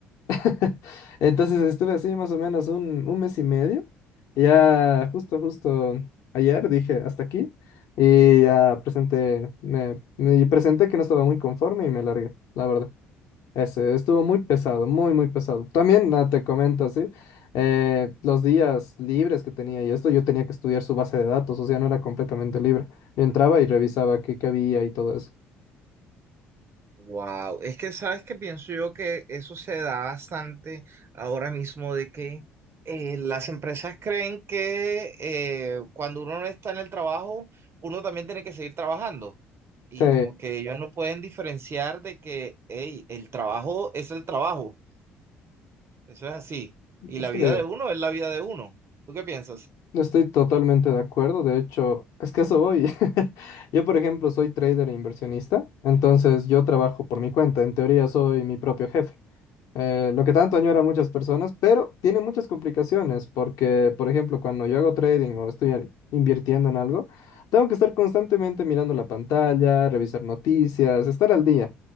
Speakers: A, on the left; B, on the right.
A: <laughs> Entonces estuve así más o menos un, un mes y medio. Ya justo, justo ayer dije hasta aquí y ya presenté, me, me presenté que no estaba muy conforme y me largué, la verdad. Ese estuvo muy pesado, muy, muy pesado. También ah, te comento así, eh, los días libres que tenía y esto, yo tenía que estudiar su base de datos, o sea, no era completamente libre. Yo entraba y revisaba qué, qué había y todo eso.
B: Wow, es que sabes que pienso yo que eso se da bastante ahora mismo de que eh, las empresas creen que eh, cuando uno no está en el trabajo, uno también tiene que seguir trabajando. Y
A: Sí,
B: como que ellos no Claro. pueden diferenciar de que, hey, el trabajo es el trabajo, eso es así. Y
A: estoy,
B: la vida de uno es la vida de uno. ¿Tú qué piensas?
A: estoy totalmente de acuerdo. De hecho, es que eso voy. <laughs> Yo, por ejemplo, soy trader e inversionista, entonces yo trabajo por mi cuenta. En teoría, soy mi propio jefe. eh, lo que tanto añoran muchas personas, pero tiene muchas complicaciones porque, por ejemplo, cuando yo hago trading o estoy al- invirtiendo en algo, tengo que estar constantemente mirando la pantalla, revisar noticias, estar al día.